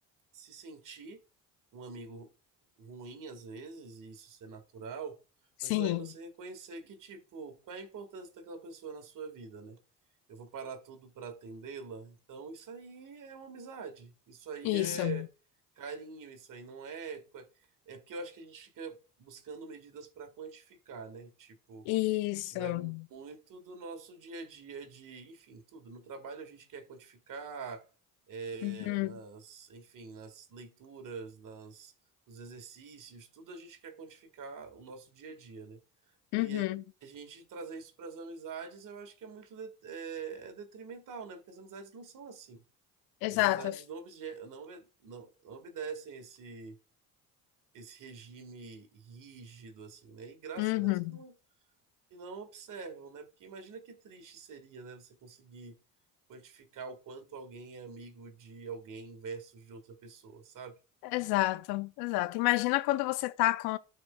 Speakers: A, on the right (about 55°); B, on the left (about 80°).
A: se sentir um amigo ruim às vezes, e isso ser natural,
B: Sim,
A: mas também você reconhecer que, tipo, qual é a importância daquela pessoa na sua vida, né? Eu vou parar tudo pra atendê-la, então isso aí é uma amizade, isso aí
B: isso,
A: é carinho, isso aí não é. qua- É porque eu acho que a gente fica buscando medidas pra quantificar, né? Tipo
B: isso,
A: que vai muito do nosso dia a dia de, enfim, tudo. No trabalho a gente quer quantificar, é,
B: uhum,
A: nas, enfim, nas leituras, nas, nos exercícios, tudo a gente quer quantificar o nosso dia a dia, né? E
B: uhum,
A: a gente trazer isso para as amizades, eu acho que é muito de- é, é detrimental, né? Porque as amizades não são assim.
B: exato,
A: As amizades não, obje, não, obe- não, não obedecem esse, esse regime rígido, assim, né? E graças
B: uhum,
A: a Deus que não e não observam, né? Porque imagina que triste seria, né? Você conseguir quantificar o quanto alguém é amigo de alguém versus de outra pessoa, sabe?
B: exato, exato. Imagina quando você tá com,